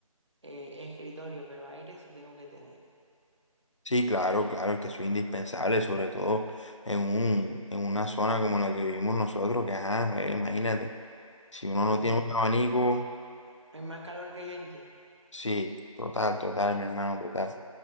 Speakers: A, on the right (about 50°); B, on the left (about 55°).
A: eh, escritorio, pero aire sí tengo que tener.
B: Sí, claro, claro, es que eso es indispensable, sobre todo en un, en una zona como la que vivimos nosotros, que ajá, güey, imagínate. Si uno no
A: Mm,
B: tiene un abanico,
A: Hay más calor que gente.
B: sí, total, total, mi hermano, total.